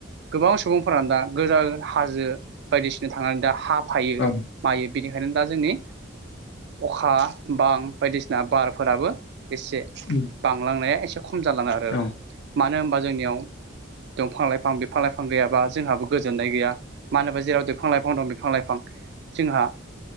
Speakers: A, on the right; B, on the left.
A: गोबां सुबुंफोरानो दा गोजा हाजो बायदिसिना थांनानै दा हा फयो
B: औ
A: मायो बिनिखायनो दा जोंनि अखा बां बायदिसिना बारफोराबो एसे
B: उम,
A: बांलांनाय एसे खम जालाङो आरो
B: औ
A: मानो होन बा जोंनियाव दंफां-लाइफां बिफां-लाइफां गैयाबा, जोंहाबो गोजोननाय गैया मानो होनोबा जेराव बिफां-लाइफां दं बिफां-लाइफां जोंहा